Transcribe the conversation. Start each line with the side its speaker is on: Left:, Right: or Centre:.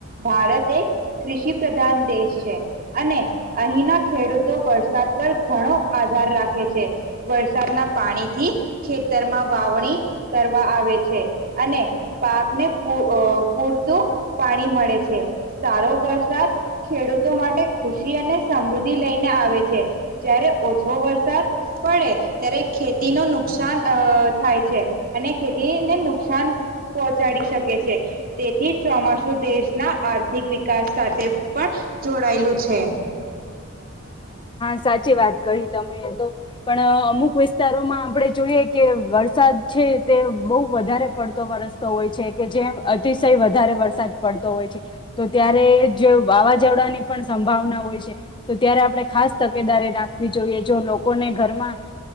Right: ભારત એ કૃષિ પ્રધાન દેશ છે, અને અહીંના ખેડૂતો વરસાદ ઘણો આધાર રાખે છે. વરસાદના પાણી થી, ખેતરમાં વાવણી કરવા આવે છે, અને પાકને પૂરતું પાણી મળે છે. સારો વરસાદ, ખેડૂતો માટે ખુશી અને સમૃદ્ધિ લઈને આવે છે, જ્યારે ઓછો વરસાદ પડે, ત્યારે ખેતી ન નુકસાન અ થાય છે, અને ખેતીને નુકસાન પહોંચાડી શકે છે, તેથી ચોમાસુ દેશના આર્થિક કાસ સાથે પણ, જોડાયેલું છે. છે.
Left: સાચી વાત કહી તમે તો, પણ અમુક વિસ્તારોમાં આપણે જોઈએ કે વરસાદ છે તે બહુ વધારે પડતો વરસતો હોય છે કે જેમ અતિશય વધારે વરસાદ પડતો હોય છે, તો ત્યારે જો વાવાઝોડાની પણ સંભાવના હોય છે, તો ત્યારે આપણે ખ તકેદારી રાખવી જોઈએ જો લોકોને ઘરમાં,